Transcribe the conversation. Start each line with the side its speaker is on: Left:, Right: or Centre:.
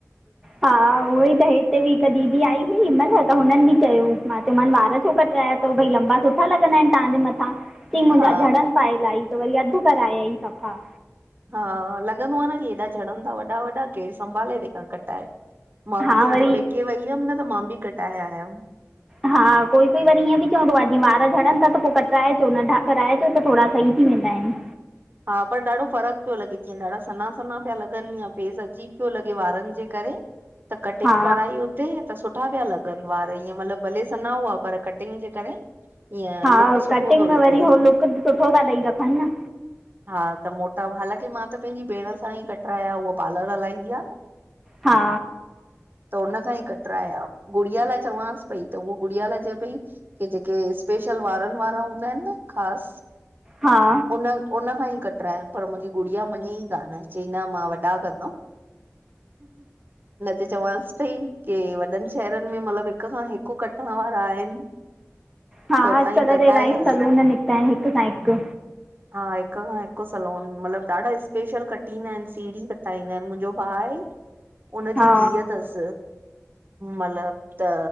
Centre: हा उहोई त, हिते बि हिक दीदी आई हुई, न न त हुनन बि चयो, मां चयोमान वार छो कट ट्राए तो भई लंबा सुठा लॻंदा आहिन तांजे मथां। ई मुंजा
Right: हा
Centre: झड़न पाए इलाई, त वरी अधु कराए आई सफ़ा।
Right: हा लॻंदो आ न की हेॾा झड़न था वॾा- वॾा केर संभाले तेखां, कटाए। मां बि
Centre: हा
Right: हाणे
Centre: वरी
Right: पेके वईअम न, त मां बि कटाए आयम।
Centre: हा कोई कोई वरी ईअं बि चवंदो आ वार झड़नि था त पो कटराए चो नंढा कराए चो त थोड़ा सही थी वेंदा आहिनि।
Right: हा, पर ॾाढो फ़र्क पियो लॻे जीअं ॾाढा सना-सना पिया लॻनि या फेस अजीब पियो लॻे वारनि जे करे त कटिंग
Centre: हा
Right: कराई हुते त सुठा सुठा पिया लॻनि वार, ईअं मतलब भले सना हुआ, पर कटिंग जे करे ईअं
Centre: हा,
Right: लुक सुठो
Centre: कटिंग
Right: पियो
Centre: में
Right: लॻे
Centre: वरी उहो लुक सुठो था ॾेई रखनि न।
Right: हा त मोटा, हालाँकि मां त पंहिंजी भेण सां ही कटराया, उह पार्लर हलाईंदी आ न।
Centre: हा
Right: त उन खां ही कटराया, गुड़िया लाइ चवासि पई, त उहो गुड़िया लाइ चए पई की जेके स्पेशल वारनि वारा हूंदा आहिनि न ख़ासि
Centre: हा
Right: उन, उन खां ही कटरायां, पर मुंजी गुड़िया मञई कान चई न मां वॾा कंदमि। न त चवांसि पई की वॾनि शहरनि में मतलब हिक खां हिकु कु कटण वारा आहिनि।
Centre: हा
Right: त उतां
Centre: अॼुकल्ह
Right: ई कटाए
Centre: त इलाही
Right: हलऊं।
Centre: सलून निकिता आहिनि हिक खां हिकु।
Right: हा हिक खां हिकु सलोन मतलब ॾाढा स्पेशल कटिंदा आहिनि, सीड़ी कटाईंदा आहिनि मुंहिंजो भाउ आहे उन
Centre: हा
Right: जी धीअ तस मतलब त